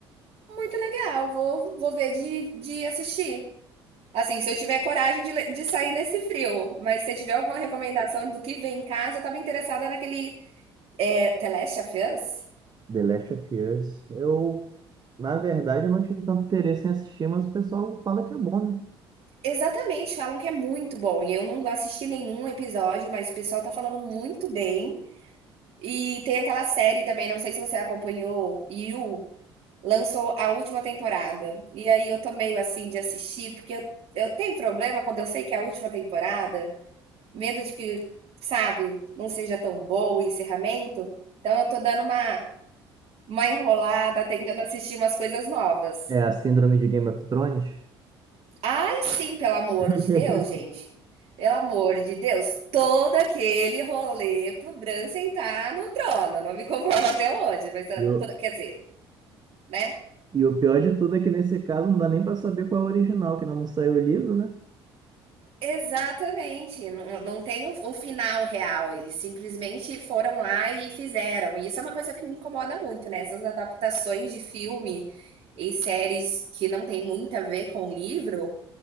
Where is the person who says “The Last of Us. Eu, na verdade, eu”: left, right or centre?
Right